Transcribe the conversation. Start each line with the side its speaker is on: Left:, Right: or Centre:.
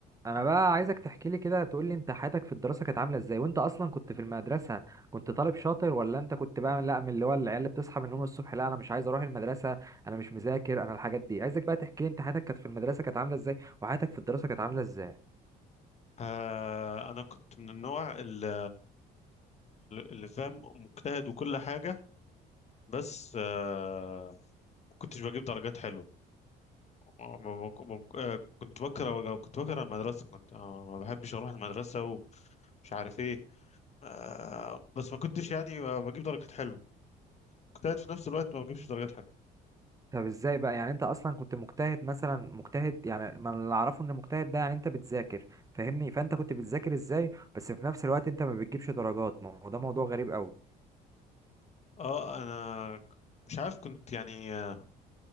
Right: انا بقى عايزك تحكي لي كده تقول لي انت حياتك في الدراسه كانت عامله ازاي وانت اصلا كنت في المدرسه كنت طالب شاطر ولا انت كنت بقى لا من اللي هو العيال اللي بتصحى من النوم الصبح لا انا مش عايز اروح المدرسه انا مش مذاكر انا الحاجات دي عايزك بقى تحكي لي انت حياتك كانت في المدرسه كانت عامله ازاي وحياتك في الدراسه كانت عامله ازاي
Left: آه أنا كنت من النوع اللي, اللي فاهم مجتهد وكل حاجة بس آه ما كنتش بجيب درجات حلوة ما- ما- ما- ما- آه، كنت بكره كنت بكره المدرسة كنت آه، ما بحبش أروح المدرسة ومش عارف إيه آه بس ما كنتش يعني بجيب درجات حلوة مجتهد في نفس الوقت ما بجيبش درجات حلوة
Right: طب ازاي بقى يعني انت اصلا كنت مجتهد مثلا مجتهد يعني ما اللي اعرفه ان مجتهد ده يعني انت بتذاكر فاهمني فانت كنت بتذاكر ازاي بس في نفس الوقت انت ما بتجيبش درجات ما هو ده موضوع غريب قوي
Left: اه أنا مش عارف كنت يعني آه،